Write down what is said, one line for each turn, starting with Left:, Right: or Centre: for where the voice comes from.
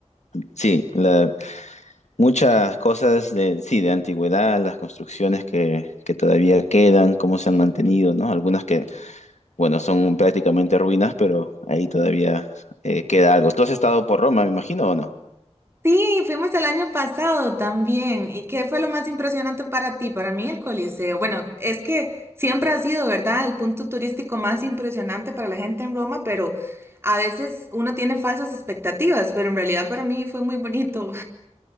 Left: Sí, la, Muchas cosas de, sí, de antigüedad, las construcciones que, que todavía quedan, cómo se han mantenido, ¿no? Algunas que, bueno, son prácticamente ruinas, pero ahí todavía eh, queda algo. ¿Tú has estado por Roma, me imagino, o no?
Right: Sí, fuimos el año pasado también. ¿Y qué fue lo más impresionante para ti? Para mí el Coliseo. Bueno, es que siempre ha sido, ¿verdad? El punto turístico más impresionante para la gente en Roma, pero a veces uno tiene falsas expectativas, pero en realidad para mí fue muy bonito.